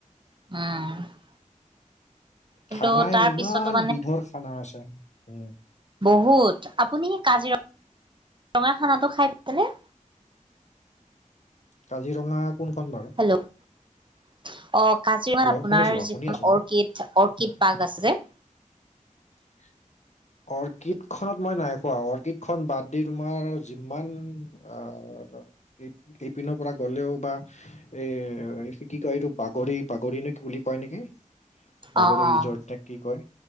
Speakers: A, on the right (about 35°); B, on the left (about 60°).
A: উম কিন্তু
B: খানাই
A: তাৰ
B: ইমান
A: পিছতো মানে
B: বিধৰ খানা আছে উম
A: বহুত আপুনি কাজিৰঙা ৰঙা খানাটো খাই পাইছেনে
B: কাজিৰঙা কোনখন বাৰু?
A: হেল্ল' অ কাজিৰঙাত
B: হেল্ল'
A: আপোনাৰ
B: শুনিছো অ শুনি
A: যিখন
B: আছো মই।
A: অৰ্কিড, অৰ্কিড পাৰ্ক আছে।
B: <inaudible> অৰ্কিড খনত মই নাই কোৱা, অৰ্কিড খন বাদ দি তোমাৰ যিমান- আহ ইপ ইপিনৰ পৰা গ'লেও বা- এ কি কয় এইটো পাগৰি পাগৰি নে বুলি কয় নেকি? বাগৰি
A: অ' অ'
B: ৰিজৰ্ট কি কয়!